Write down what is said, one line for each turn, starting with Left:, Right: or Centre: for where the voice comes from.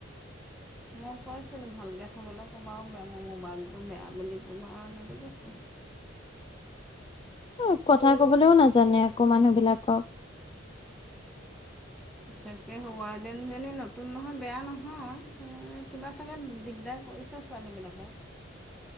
Centre: মই কৈছিলোঁ ভালকে থবলৈ, কবা বেয়া মোৰ মবাইলটো বেয়া বুলি ক'ব এনেকে কৈছোঁ।
Left: <inaudible> উ, কথা কবলৈও নাজানে আকৌ মানুহবিলাকক।
Centre: তাকে হোৱাৰ্ডেনজনী নতুন নহয়, বেয়া নহয়। উম, কিবা চাগে দিগদাৰ কৰিছে ছোৱালীবিলাকে।